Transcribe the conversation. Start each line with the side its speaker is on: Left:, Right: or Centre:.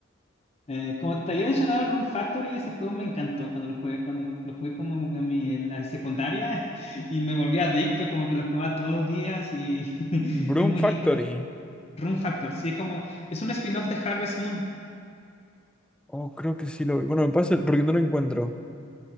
Left: Eh, como te había mencionado, Rune Factory, ese juego me encantó cuando lo jugué, cuando lo jugué como en, mi, en la secundaria <laughs> y me volví adicto, como que lo jugaba todos los días y <laughs>
Centre: Broom
Left: es muy
Centre: Factory.
Left: lindo. Rune Factory, sí, como es un spin-off de Harvest Moon.
Centre: Oh, creo que sí lo vi. Bueno, me pasa porque no lo encuentro.